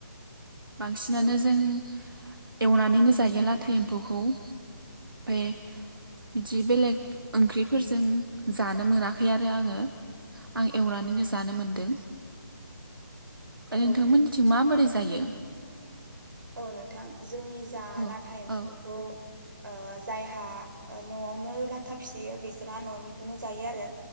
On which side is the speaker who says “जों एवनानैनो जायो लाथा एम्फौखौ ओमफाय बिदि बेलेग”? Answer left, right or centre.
Right